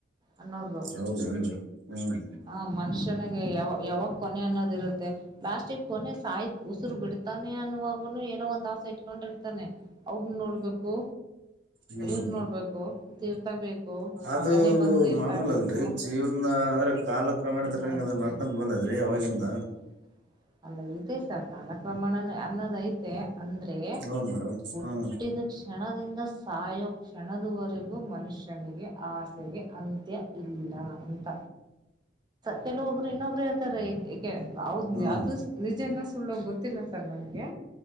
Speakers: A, on the right; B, on the right.
A: ಅನ್ನೋದು
B: ಹೌದೇನ್ರಿ ಹ್ಮ್
A: ಹ ಮನುಷ್ಯ ಯಾವ ಯಾವಾಗ ಕೊನೆ ಅನ್ನೋದ ಇರುತ್ತೆ ಪ್ಲಾಸ್ಟಿಕ್ ಕೊನೆ ಸಾಯ ಉಸಿರು ಬಿಡ್ತಾನೆ ಅನ್ನುವಾಗ ಏನೋ ಒಂದ್ ಆಸೆ ಇಟ್ಕೊಂಡಿರ್ತಾನೆ. ಅವ್ರನ್ನ ನೋಡ್ಬೇಕು.
B: ಹ್ಮ್
A: ಇವರ್ನ ನೋಡ್ಬೇಕು ತೀರ್ತಬೇಕು
B: ಅದು
A: ಮಗನೇ ಬಂದ್ ತೀರ್ಥ
B: ಮಾಮೂಲ್
A: ಹಾಕ್ಬೇಕು.
B: ಅಲ್ರಿ ಜೀವನ ಅಂದ್ರೆ ಕಾಲ ಕ್ರಮೇಣ
A: ಅನ್ನೋದೈತೆ
B: ತಕ್ಕಂಗೆ ಅದ ನಡ್ಕೊಂಡು ಬಂದದ್ರಿ ಆವಾಗಿಂದ.
A: ಹ್ಮ್ ಅಲ್ಲ ಇದೆ ಸರ್ ಕಾಲಕ್ರಮಣ ಅನ್ನೋದೈತೆ ಅಂದ್ರೆ
B: ಹೌದ್ ಮೇಡಮ್
A: ಹುಟ್ಟಿದ.
B: ಹ್ಮ್
A: ಕ್ಷಣದಿಂದ ಸಾಯೋ ಕ್ಷಣದವರೆಗೂ ಮನುಷ್ಯನಿಗೆ ಆ ಆಸೆಗೆ ಅಂತ್ಯ ಇಲ್ಲ ಅಂತ.
B: ಹ <inaudible>
A: ಕೆಲವೊಬ್ರು ಇನ್ನೊಬ್ರು ಹೇಳ್ತಾರೆ ಯ
B: ಹ್ಮ್
A: <unintelligible> ನಿಜನ ಸುಳ್ಳ ಗೊತ್ತಿಲ್ಲ ಸರ್ ನನ್ಗೆ